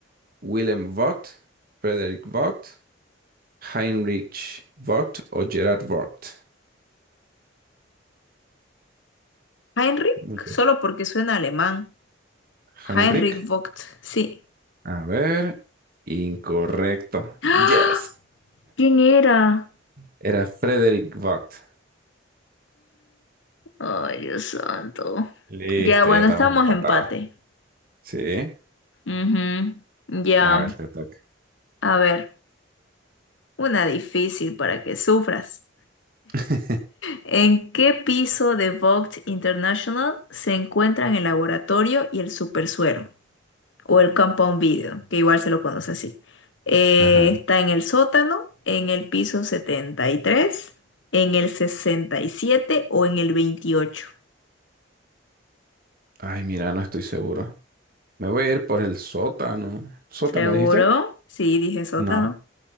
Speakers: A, on the right; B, on the left.
A: Willem Vogt, Frederick Vogt, Heinrich Vogt o Gerard Vogt.
B: Heinrich,
A: Muchos.
B: solo porque suena alemán.
A: Heinrich.
B: Heinrich Vogt, sí.
A: A ver. Incorrecto.
B: <gasps> ¡Ah!
A: Yes.
B: ¿Quién era?
A: Era Frederick Vogt.
B: Ay, Dios santo.
A: Listo,
B: Ya, bueno,
A: ya estamos
B: estamos
A: empatados.
B: empate.
A: Sí.
B: Ujú, Ya,
A: A ver, te toca.
B: a ver, una difícil para que sufras.
A: <laughs>
B: ¿En qué piso de Vogt International se encuentran el laboratorio y el supersuero? O el compound video, que igual se lo conoce así. Eh,
A: Ajá.
B: está en el sótano, en el piso 73, en el 67 o en el veintiocho.
A: Ay, mira, no estoy seguro. Me voy a ir por el sótano. ¿Sótano
B: ¿Seguro?
A: dijiste?
B: Sí, dije sótano.
A: No.